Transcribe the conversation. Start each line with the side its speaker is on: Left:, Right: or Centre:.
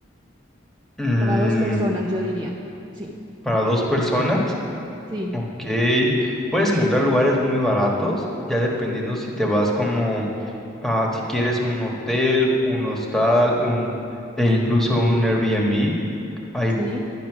Centre: Mm,
Right: Para dos personas, yo diría. Sí,
Centre: para dos personas,
Right: sí,
Centre: ok. Puedes encontrar lugares muy baratos, ya dependiendo si te vas como, ah, si quieres un hotel, un hostal, un, e incluso un Airbnb. Hay
Right: sí.